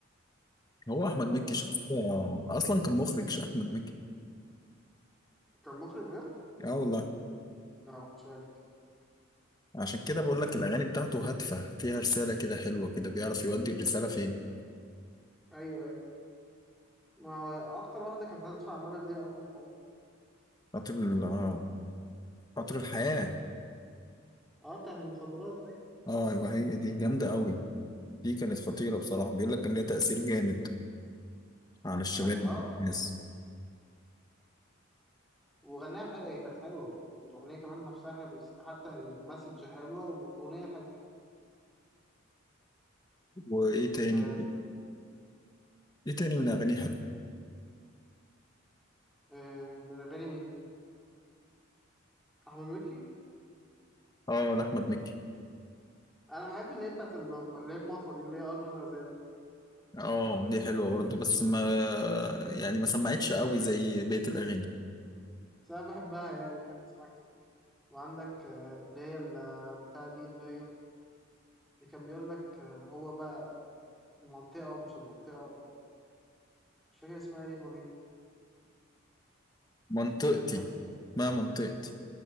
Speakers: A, on the left; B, in the centre.
A: هو أحمد مكي شخصية أصلا كان مخرج أحمد مكي
B: كان مخرج بجد؟
A: اه والله
B: لا مش عارف دي
A: عشان كده بقول لك الأغاني بتاعته هادفة فيها رسالة كده حلوة كده بيعرف يودي الرسالة فين
B: أيوه أيوه ما هو أكتر واحدة كانت هتدفع عمالة اللي هي قطر الحياة
A: خاطر ال- اه خاطر الحياة
B: أه بتاعت المخدرات أيوه
A: اه ايوه هي دي جامده قوي دي كانت خطيره بصراحه بيقول لك ان ليها تاثير جامد على الشباب
B: أكيد أه
A: والناس
B: وغناها حلوة هي كانت حلوة الأغنية كمان نفسها حلوة بس حتى المسج حلوة والأغنية حلوة
A: وايه تاني
B: آه
A: ايه تاني من اغانيه حلو
B: آه من أغاني مين؟ أحمد مكي؟
A: اه لاحمد مكي
B: أنا بحب اللي هي بتاعت ال- اللي هي المطوة دي اللي هي أرض الغزال
A: اه دي حلوه برضه بس ما يعني ما سمعتش قوي زي بقيه الاغاني
B: بس أنا بحبها يعني بحب أسمعها كتير وعندك آه، اللي هي ال- بتاع دي اللي هي اللي كان بيقول لك آه، هو بقى المنطقة ومش المنطقة مش فاكر اسمها ايه الأغنية دي
A: منطقتي
B: اللي كان بيتك...
A: ما منطقتي